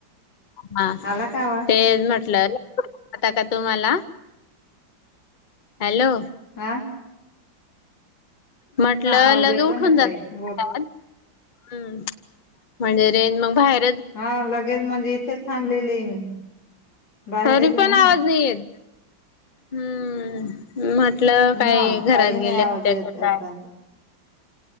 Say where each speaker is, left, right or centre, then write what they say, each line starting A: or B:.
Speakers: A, on the left; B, on the left.
A: हा
B: आला का आवाज
A: ते म्हटलं <unintelligible> का तुम्हाला. हॅलो.
B: आ.
A: म्हटलं
B: आवाज
A: लगे
B: येतो
A: उठून
B: ना
A: जाता
B: ताई बोल
A: का? <unintelligible> हम्म म्हणजे रेज म बाहेर
B: हा लगेच म्हणजे इथेच थांबलेलीय मी बाहेरेच
A: तरी
B: ना.
A: पण आवाज नाही येत हम्म म्हटलं काय
B: मग
A: घरात
B: काही नाही
A: गेले
B: आवाज
A: होत्या
B: येत
A: का
B: होता
A: काय?